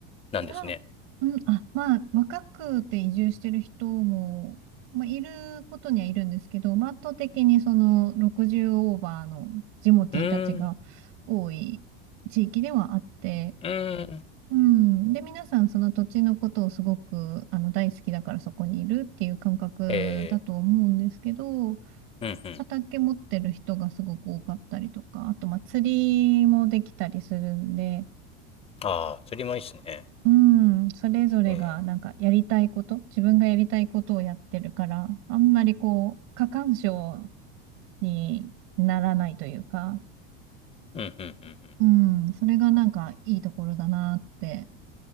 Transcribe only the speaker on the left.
なんですね。
うーん。うーん。
えー、うん、うん。
ああ、釣りもいいっすね。
ええ
うん、うん、うん。うん